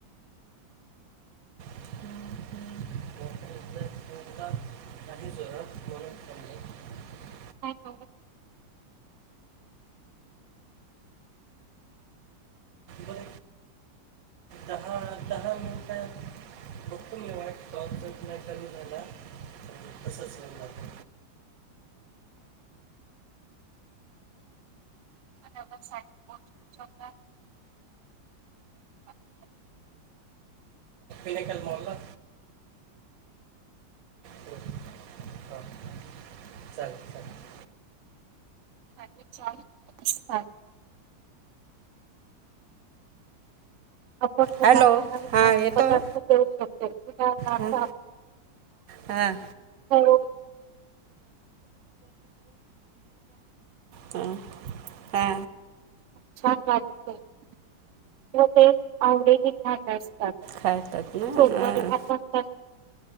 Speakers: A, on the right; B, on the right.
A: हम्म, हम्म. <unintelligible> आणि जोरात म्हणून <inaudible>
B: हॅलो.
A: बर, दहा- दहा मिनिटात. बघतो, मी वाईट प्रॉपट नाही तर ह्याला. तसंच नाही जात.
B: <unintelligible>
A: <inaudible> मॉलला. <inaudible> ह, चालेल- चालेल.
B: माझी इच्छा आहे. तुझं सांग. आपण मुलांना
A: हॅलो,
B: नवीन नवीन
A: हां. येतोय.
B: पदार्थ देऊ शकतो उदाहरणार्थ
A: ह. हां.
B: हॅलो.
A: हा, <inaudible> हा.
B: छान, वाटतंय. ते आवडीने खात असतात.
A: खातात ना
B: सोमवारीे
A: हां
B: आपण